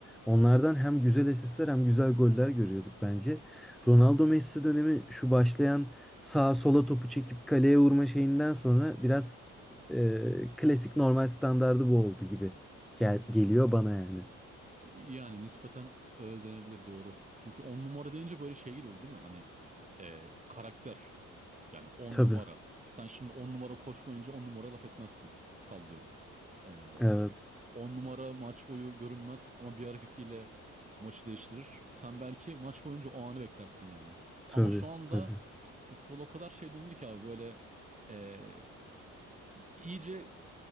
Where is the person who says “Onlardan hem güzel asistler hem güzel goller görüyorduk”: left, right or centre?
Centre